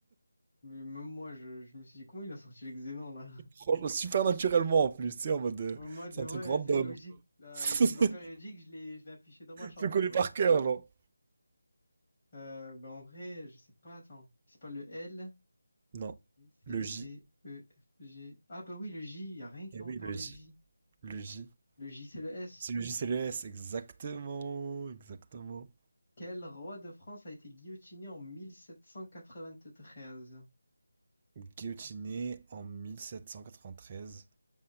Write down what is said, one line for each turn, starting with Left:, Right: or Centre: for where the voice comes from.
Left: Mais même moi, je, je me suis dit, comment il a sorti le xénon là?
Right: Franchement, super naturellement en plus, tu sais, en mode. euh,
Left: En mode,
Right: c'est
Left: ouais,
Right: un truc random.
Left: c'est logique. La-
Right: <laughs>
Left: le tableau périodique, je l'ai, je l'ai affiché dans ma chambre
Right: Je le connais
Left: en mode.
Right: par cœur, genre.
Left: Euh, bah, en vrai, je sais pas, attends. C'est pas le L,
Right: Non.
Left: B, C,
Right: Le J.
Left: D, E, F, G. Ah, bah oui, le J, y a rien qui
Right: Eh
Left: commence
Right: oui,
Left: par
Right: le
Left: le
Right: J.
Left: J.
Right: Le J.
Left: Le J, c'est le S.
Right: C'est le J, c'est le S. Exactement. Exactement.
Left: Quel roi de France a été guillotiné en 1793?
Right: Guillotiné en 1793.